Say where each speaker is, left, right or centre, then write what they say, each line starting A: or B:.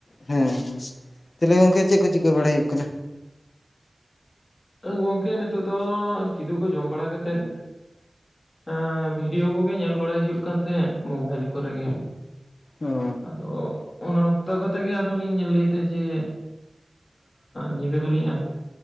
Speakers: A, on the left; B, on the left.
A: ᱦᱮᱸ ᱦᱮᱸ ᱛᱟᱦᱚᱞᱮ ᱜᱚᱢᱠᱮ ᱪᱮᱫ ᱠᱚ ᱪᱤᱠᱟᱹ ᱵᱟᱲᱟᱭ ᱦᱩᱭᱩᱜ ᱠᱟᱱᱟ᱾
B: ᱜᱚᱝᱠᱮ ᱱᱤᱛᱳᱜ ᱫᱚ ᱠᱤᱫᱩ ᱠᱚ ᱡᱚᱢ ᱵᱟᱲᱟᱛᱮᱫ ᱚ ᱵᱷᱤᱰᱭᱳ ᱠᱚᱜᱮ ᱧᱮᱞ ᱵᱟᱲᱟᱭ ᱦᱩᱭᱩᱜ ᱠᱟᱱ ᱛᱟᱦᱮᱸᱫ ᱢᱳᱵᱟᱭᱤᱞ ᱠᱚᱨᱮᱜ ᱜᱮ
A: ᱚ
B: ᱟᱫᱚ ᱚᱱᱟ ᱫᱚᱜ ᱠᱟᱛᱮ ᱜᱮ ᱟᱫᱚᱞᱤᱧ ᱞᱟᱹᱭ ᱛᱟᱦᱮᱸ ᱡᱮ ᱧᱤᱫᱟᱹ ᱫᱚᱞᱤᱧ